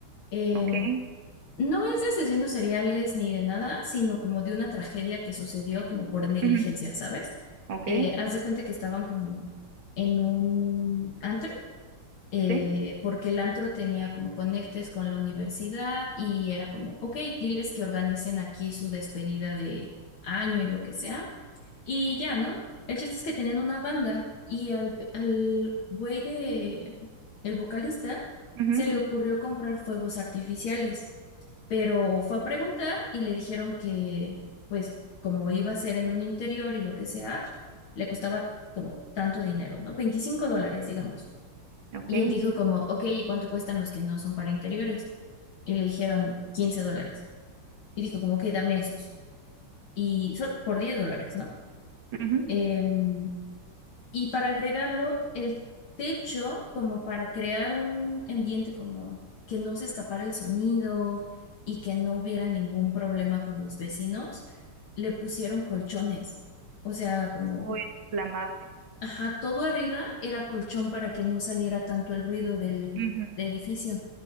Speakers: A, on the left (about 75°); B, on the right (about 70°).
A: Eh,
B: ok,
A: no es de asesinos seriales ni de nada, sino como de una tragedia que sucedió como por negligencia,
B: ujú,
A: ¿sabes?
B: ok,
A: Eh, haz de cuenta que estaban como en un antro eh,
B: sí,
A: porque el antro tenía como conectes con la universidad y era como, ok, diles que organicen aquí su despedida de año y lo que sea. Y ya, ¿no? El chiste es que tenían una banda y al, al güey de, el vocalista,
B: ujú,
A: se le ocurrió comprar fuegos artificiales, pero fue a preguntar y le dijeron que, pues, como iba a ser en un interior y lo que sea, le costaba como tanto dinero, ¿no? veinticinco dólares, digamos.
B: ok,
A: Y él dijo como, ok, ¿y cuánto cuestan los que no son para interiores? Y le dijeron 15 dólares. Y dijo como, ok, dame esos. Y solo por 10 dólares, ¿no?
B: ujú.
A: Em, y para agregarlo, el techo, como para crear un ambiente como que no se escapara el sonido y que no hubiera ningún problema con los vecinos, le pusieron colchones. O sea, como
B: Uy, inflamable.
A: Ajá, todo arriba era colchón para que no saliera tanto el ruido del,
B: ujú.
A: del edificio.